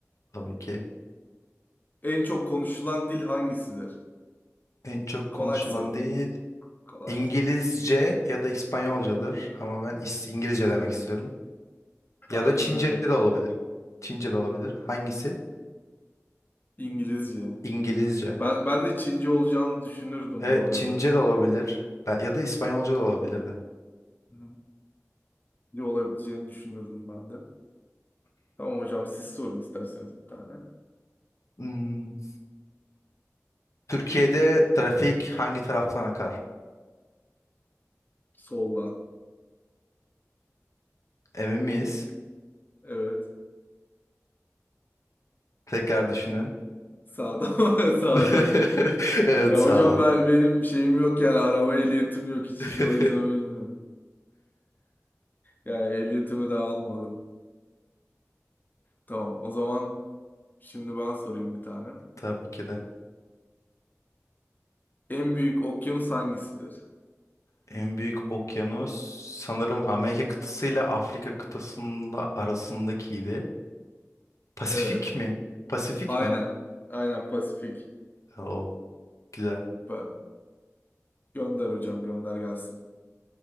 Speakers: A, on the left; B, on the left.
A: Tabii ki.
B: En çok konuşulan dil hangisidir?
A: En çok
B: Kolay
A: konuşulan
B: sordum.
A: değil.
B: Kolay
A: İngilizce
B: sordum.
A: ya da İspanyolcadır. Ama ben İs- İngilizce demek istiyorum.
B: Aynen
A: Ya da Çince
B: öyle.
A: de olabilir. Çince de olabilir. Hangisi?
B: İngilizce.
A: İngilizce.
B: Ben, ben de Çince olacağını düşünürdüm
A: Evet
B: bu arada.
A: Çince de olabilir. Be- Ya da İspanyolca da olabilir
B: Hı. Ne olabileceğini düşünürdüm ben de. Tamam hocam siz sorun isterseniz bir tane.
A: Hmm, Türkiye'de trafik hangi taraftan akar?
B: Soldan.
A: Emin miyiz?
B: Evet.
A: Tekrar düşünün.
B: Sağdan. <laughs> Sağdan.
A: <laughs> Evet
B: Ya
A: sağlam.
B: hocam ben benim şeyim yok yani araba ehliyetim yok hiç
A: <laughs>
B: o yüzden bilmiyorum. Yani ehliyetimi de almadım. Tamam o zaman şimdi ben sorayım bir tane.
A: Tabii ki de.
B: En büyük okyanus hangisidir?
A: En büyük okyanus sanırım Amerika kıtasıyla Afrika kıtasında arasındakiydi. Pasifik
B: Evet.
A: mi? Pasifik
B: Aynen.
A: mi?
B: Aynen Pasifik.
A: O güzel.
B: Süper. Gönder hocam gönder gelsin.